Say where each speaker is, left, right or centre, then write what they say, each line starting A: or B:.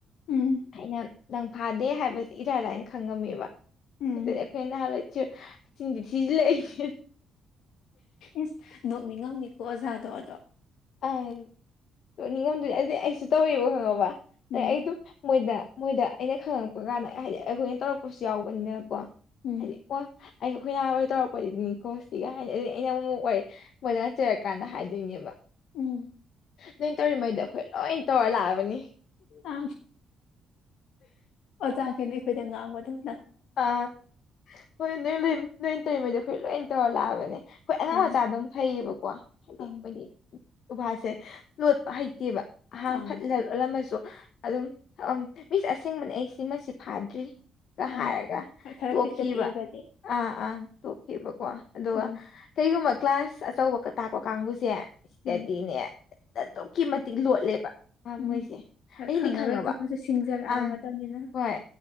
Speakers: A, on the left; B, on the left.
A: ꯎꯝ
B: ꯑꯩꯅ ꯅꯪ ꯐꯥꯗꯦ ꯍꯥꯏꯕꯁ ꯏꯔꯥꯏ ꯂꯥꯏꯅ ꯈꯪꯉꯝꯃꯦꯕ
A: ꯎꯝ
B: ꯁꯤꯗꯅꯦ ꯑꯩꯈꯣꯏ ꯅꯍꯥꯟꯋꯥꯏꯁꯤ ꯁꯤꯡꯗꯤ ꯊꯤꯖꯤꯜꯂꯛꯏ <inaudible>
A: ꯏꯁ ꯅꯣꯛꯅꯤꯡꯉꯝꯅꯤꯀꯣ ꯑꯣꯖꯥꯗꯣ ꯑꯗꯣ
B: ꯑꯪ ꯅꯤꯉꯣꯝꯗꯨꯗꯤ ꯑꯗꯨꯗꯤ ꯑꯩꯁꯨ ꯇꯧꯋꯕ ꯈꯪꯉꯕ
A: ꯎꯝ
B: ꯑ ꯑꯩ ꯑꯗꯨꯝ ꯃꯣꯏꯗ ꯃꯣꯏꯗ ꯑꯩꯅ ꯈꯪꯉꯛꯄ ꯀꯥꯟꯗ ꯍꯥꯏꯗꯤ ꯑꯩꯈꯣꯏꯅ ꯇꯧꯔꯛꯄꯁꯨ ꯌꯥꯎꯕꯅꯤꯅꯀꯣ
A: ꯎꯝ
B: ꯍꯥꯏꯗꯤ ꯑꯣ ꯑꯩꯒꯈꯣꯏꯅꯥꯈꯣꯏ ꯇꯧꯔꯛꯄꯗꯨꯅꯤꯀꯣ ꯁꯤꯒ ꯍꯥꯏꯅꯤ ꯑꯗꯨꯗꯤ ꯑꯩꯅ ꯑꯃꯨꯛꯃꯛ ꯋꯥꯔꯤ ꯃꯣꯏꯅ ꯆꯩꯔꯀꯥꯟꯗ ꯍꯥꯏꯗꯣꯏꯅꯦꯕ
A: ꯎꯝ
B: ꯅꯣꯏ ꯇꯧꯔꯤꯉꯩꯗ ꯑꯩꯈꯣꯏ ꯂꯣꯏ ꯇꯧꯔ ꯂꯥꯛꯑꯕꯅꯤ
A: ꯑ ꯑꯣꯖꯥꯈꯩꯅ ꯑꯩꯈꯣꯏꯗ ꯉꯥꯡꯕꯗꯧ
B: ꯑꯥ ꯍꯣꯏ ꯅꯣꯏ ꯅꯣꯏ ꯇꯧꯔꯤꯉꯩꯗ ꯑꯩꯈꯣꯏ ꯂꯣꯏ ꯇꯧꯔ ꯂꯥꯛꯑꯕꯅꯦ ꯑꯩꯈꯣꯏ ꯑꯉꯥꯡ
A: ꯎꯝ
B: ꯃꯆꯥ ꯑꯗꯨꯝ ꯐꯩꯌꯦꯕꯀꯣ ꯍꯥꯏꯗꯤ
A: ꯑꯪ
B: ꯑꯩꯈꯣꯏꯒꯤ ꯎꯕꯥꯁꯦ ꯂꯣꯠꯄ ꯍꯩ ꯅꯠꯇꯦꯕ ꯑꯍꯥꯡ
A: ꯑꯪ
B: ꯐꯠ ꯂꯜꯂꯝꯃꯁꯨ ꯑꯗꯨꯝ ꯑ ꯃꯤꯁ ꯑꯁꯦꯡꯕꯅꯦ ꯑꯩ ꯁꯤꯃꯁꯤ ꯐꯥꯗ꯭ꯔꯤ
A: ꯑꯪ
B: ꯍꯥꯏꯑꯒ
A: ꯍꯣꯏ ꯈꯔ
B: ꯇꯣꯀꯤꯕ
A: ꯄꯤꯛꯇ ꯄꯤꯛꯏꯕꯗꯤ
B: ꯑꯥ ꯑꯥ ꯇꯣꯛꯈꯤꯕꯕꯀꯣ ꯑꯗꯨꯒ
A: ꯎꯝ
B: ꯀꯩꯒꯨꯝꯕ ꯒ꯭ꯂꯥꯁ ꯑꯆꯧꯕꯒ ꯇꯥꯛꯄ ꯀꯥꯡꯕꯨꯁꯦ ꯁꯤꯇꯗꯤꯅꯦ
A: ꯎꯝ
B: ꯑꯗꯨꯛꯀꯤ ꯃꯇꯤꯛ ꯂꯣꯠꯂꯦꯕ
A: ꯎꯝ
B: ꯃꯣꯏꯁꯦ
A: ꯍꯣꯏ
B: ꯑꯗꯤ
A: ꯈꯪꯉꯔꯣꯏ
B: ꯈꯪꯉꯕ
A: ꯈꯪꯉꯁꯨ ꯁꯤꯡꯖꯔꯛꯑꯕ
B: ꯑꯪ
A: ꯃꯇꯝꯅꯤꯅ
B: ꯍꯣꯏ